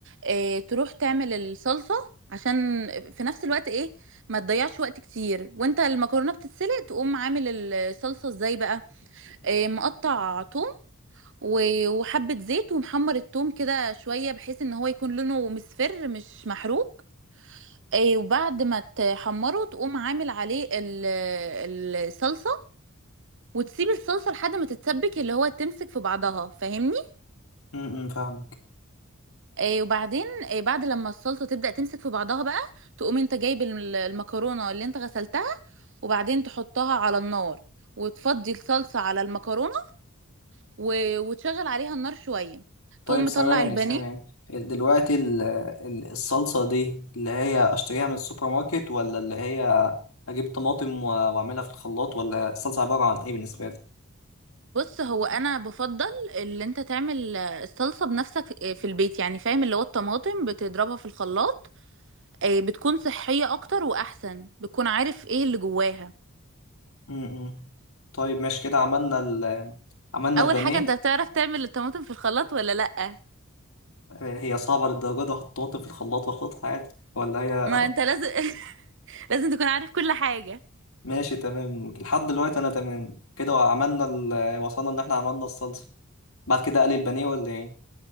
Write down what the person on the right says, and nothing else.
إيه تروح تعمل الصلصه عشان في نفس الوقت ايه ما تضيعش وقت كتير وانت المكرونه بتتسلق تقوم عامل الصلصه ازاي بقى إيه مقطع توم و- وحبه زيت ومحمر التوم كده شويه بحيث ان هو يكون لونه مصفر مش محروق إيه وبعد ما تحمره تقوم عامل عليه ال- الصلصه وتسيب الصلصه لحد ما تتسبك اللي هو تمسك في بعضها فاهمني
آه وبعدين آه بعد لما الصلصه تبدا تمسك في بعضها بقى تقوم انت جايب الم- المكرونه اللي انت غسلتها وبعدين تحطها على النار وتفضي الصلصه على المكرونه و... وتشغل عليها النار شويه
تقوم مطلع
البانيه
بص هو انا بفضل اللي انت تعمل آه، الصلصه بنفسك آه، في البيت يعني فاهم اللي هو الطماطم بتضربها في الخلاط آه، بتكون صحيه اكتر واحسن بتكون عارف ايه اللي جواها
اول
حاجه انت بتعرف تعمل الطماطم في الخلاط ولا لا
ما انت لازم <laughs> لازم تكون عارف كل حاجه